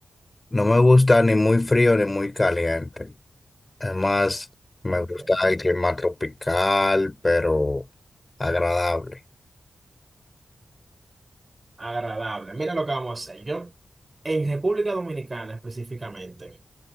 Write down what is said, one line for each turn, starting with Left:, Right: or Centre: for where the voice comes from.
Left: No me gusta ni muy frío ni muy caliente. Además, me
Right: Ok.
Left: gusta el clima tropical, pero agradable.
Right: Agradable. Mira lo que vamos a hacer. Yo, en República Dominicana específicamente.